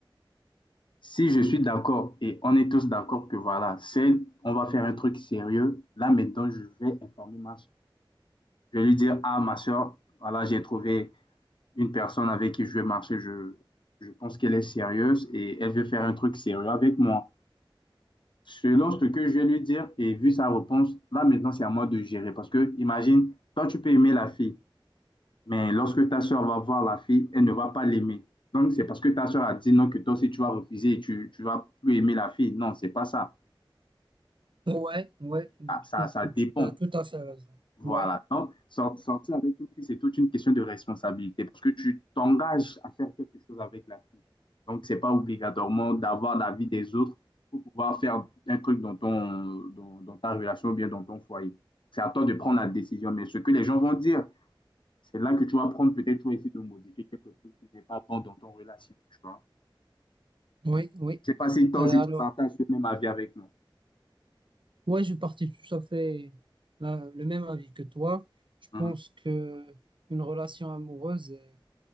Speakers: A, on the left; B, on the right.
A: Si je suis d'accord et on est tous d'accord que voilà, c'est, on va faire un truc sérieux, là maintenant, je vais informer ma soeur. Je vais lui dire, ah, ma soeur, voilà, j'ai trouvé. une personne avec qui je vais marcher, je, je pense qu'elle est sérieuse et elle veut faire un truc sérieux avec moi. Selon ce que je vais lui dire et vu sa réponse, là maintenant c'est à moi de gérer. Parce que imagine, toi tu peux aimer la fille, mais lorsque ta soeur va voir la fille, elle ne va pas l'aimer. Donc c'est parce que ta soeur a dit non que toi aussi tu vas refuser et tu, tu vas plus aimer la fille. Non, c'est pas ça.
B: Ouais, ouais, je
A: Ah,
B: trouve
A: Ça, ça
B: que
A: dépend.
B: tu as tout à fait raison.
A: Voilà.
B: Ouais.
A: Donc, sort- sortir avec une fille, c'est toute une question de responsabilité parce que tu t'engages à faire quelque chose avec la fille. Donc, c'est pas obligatoirement d'avoir l'avis des autres pour pouvoir faire un truc dans ton, dans, dans ta relation ou bien dans ton foyer. C'est à toi de prendre la décision. Mais ce que les gens vont dire, c'est là que tu vas prendre peut-être toi essayer de modifier quelque chose qui n'est pas bon dans ton relation, tu vois.
B: Oui, oui.
A: Je sais pas si toi
B: Euh,
A: aussi
B: alors,
A: tu partages ce même avis avec moi.
B: ouais je partais tout à fait la- le même avis que toi. Je
A: Mhm.
B: pense que une relation amoureuse, euh,